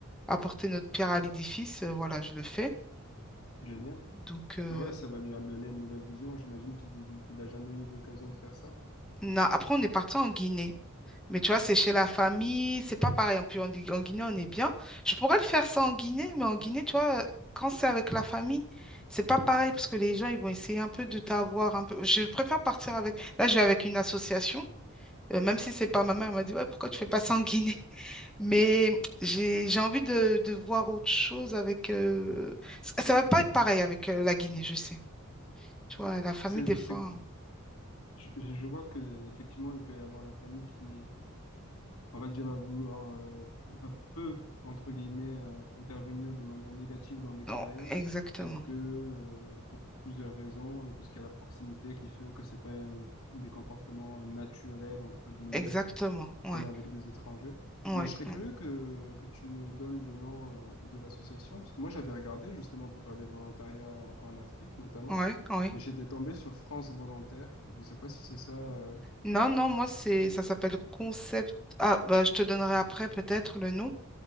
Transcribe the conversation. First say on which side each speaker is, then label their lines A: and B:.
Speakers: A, in the centre; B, on the left (about 85°).
A: apporter notre pierre à l'édifice, euh, voilà, je le fais.
B: Génial.
A: Donc, euh,
B: Bah ouais, ça va lui donner une nouvelle vision. J'imagine qu'il il a jamais eu l'occasion de faire ça.
A: na- après, on est parti en Guinée. Mais tu vois, c'est chez la famille, c'est pas pareil. En plus, en, en Guinée, on est bien. Je pourrais le faire ça en Guinée, mais en Guinée, tu vois, quand c'est avec la famille, c'est pas pareil parce que les gens, ils vont essayer un peu de t'avoir un peu. Je préfère partir avec. Là, je vais avec une association, euh, même si c'est pas ma mère, elle m'a dit, ouais, pourquoi tu fais pas ça en Guinée? <laughs> Mais j'ai j'ai envie de, de voir autre chose avec. euh, Ça, ça va pas être pareil avec euh, la Guinée, je sais. Tu vois, la famille,
B: C'est,
A: des fois.
B: c'est,
A: hein.
B: je, je vois que effectivement, il peut y avoir la famille qui En fait, je vais vouloir, euh, enfin, peu, entre guillemets, euh, intervenir de manière négative dans l'expérience
A: Non, exactement,
B: parce que, euh, pour plusieurs raisons et parce qu'il y a la proximité qui fait que c'est pas euh, des comportements naturels, entre guillemets,
A: exactement. Ouais,
B: comme avec des étrangers.
A: ouais,
B: Mais je serais curieux
A: ouais,
B: que, que tu me donnes le nom, euh, de l'association parce que moi, j'avais regardé justement pour faire des volontariats en en Afrique, notamment,
A: ouais. ouais.
B: et j'étais tombé sur France Volontaire. Je sais pas si c'est ça, euh,
A: Non, non, moi, c'est, ça s'appelle Concept. Ah, bah, je te donnerai après peut-être le nom.